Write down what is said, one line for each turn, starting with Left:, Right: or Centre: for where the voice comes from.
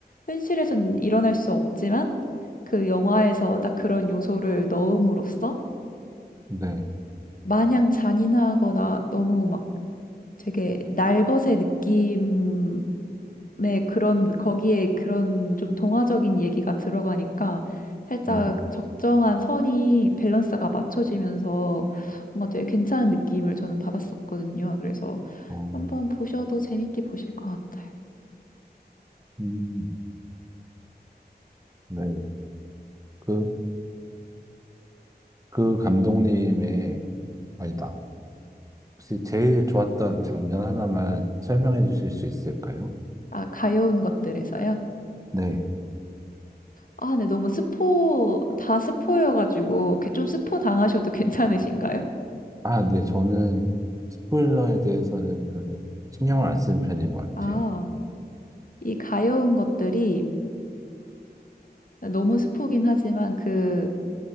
Left: 현실에선 일어날 수 없지만 그 영화에서 딱 그런 요소를 넣음으로써
Right: 네,
Left: 마냥 잔인하거나 너무 막 되게 날것의 느낌 네, 그런, 거기에 그런 좀 동화적인 얘기가 들어가니까 살짝
Right: 네,
Left: 적정한 선이 밸런스가 맞춰지면서 뭔가 되게 괜찮은 느낌을 저는 받았었거든요. 그래서
Right: 어,
Left: 한번 보셔도 재밌게 보실 것 같아요.
Right: 음, 네. 그, 그 감독님의, 아니다. 혹시 제일 좋았던 장면 하나만 설명해 주실 수 있을까요?
Left: 아, 가여운 것들에서요?
Right: 네.
Left: 아, 네, 너무 스포, 다 스포여가지고 그좀 스포 당하셔도 <laughs> 괜찮으신가요?
Right: 아, 네. 저는 스포일러에 대해서는 별로 신경을 안 쓰는 편인 것
Left: 아,
Right: 같아요.
Left: 이 가여운 것들이 너무 스포긴 하지만 그